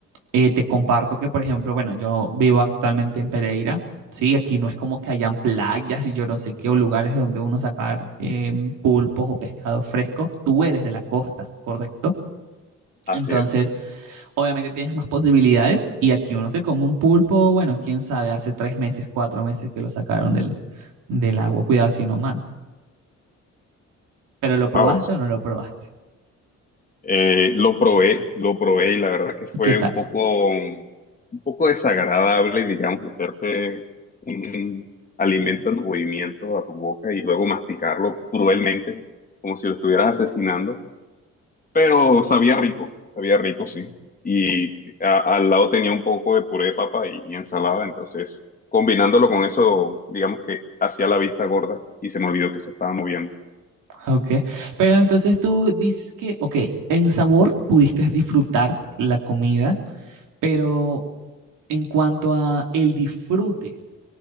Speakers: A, on the right; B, on the left.
A: eh, te comparto que, por ejemplo, bueno, yo vivo actualmente en Pereira, ¿sí? Aquí no es como que hayan playas y yo no sé qué, o lugares de donde uno sacar eh, pulpos o pescados frescos. Tú eres de la costa, ¿correcto?
B: Así
A: Entonces,
B: es.
A: obviamente tienes más posibilidades y aquí uno se come un pulpo, bueno, quién sabe, hace tres meses, cuatro meses que lo sacaron del, del agua, cuidado si no más. Pero ¿lo probaste
B: Wow, eso
A: o no lo probaste?
B: Eh, lo probé, lo probé y la verdad que fue
A: ¿Y ¿Qué tal?
B: un poco, un poco desagradable, digamos, meterte un, un alimento en movimiento a tu boca y luego masticarlo cruelmente, como si lo estuvieras asesinando, pero sabía rico, sabía rico, sí. Y a- al lado tenía un poco de puré de papa y, y ensalada, entonces combinándolo con eso, digamos que hacía la vista gorda y se me olvidó que se estaba moviendo.
A: Ok, pero entonces tú dices que, ok, en sabor pudiste disfrutar la comida, pero en cuanto a el disfrute,